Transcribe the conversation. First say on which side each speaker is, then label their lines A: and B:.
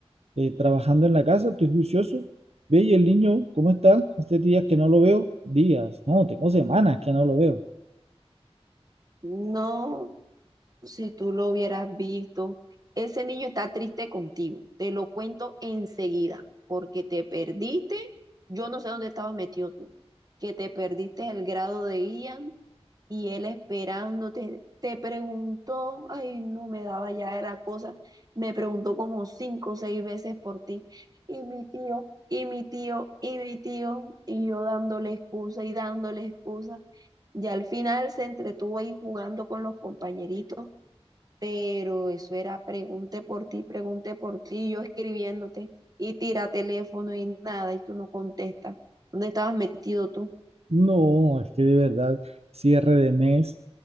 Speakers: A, on the right; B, on the right.
A: eh, trabajando en la casa, estoy juicioso. Ve, y el niño, ¿cómo está? Hace días que no lo veo. Días, no, tengo semanas que no lo veo.
B: No, si tú lo hubieras visto. Ese niño está triste contigo. Te lo cuento enseguida, porque te perdiste. Yo no sé dónde estabas metido tú, que te perdiste el grado de Ian y él esperándote. Te preguntó, ay, no me daba ya era cosa. Me preguntó como cinco o seis veces por ti. Y mi tío, y mi tío, y mi tío, y yo dándole excusa y dándole excusa. Y al final se entretuvo ahí jugando con los compañeritos pero eso era pregunte por ti, pregunte por ti, yo escribiéndote y tira teléfono y nada y tú no contestas. ¿Dónde estabas metido tú?
A: No, es que de verdad, cierre de mes,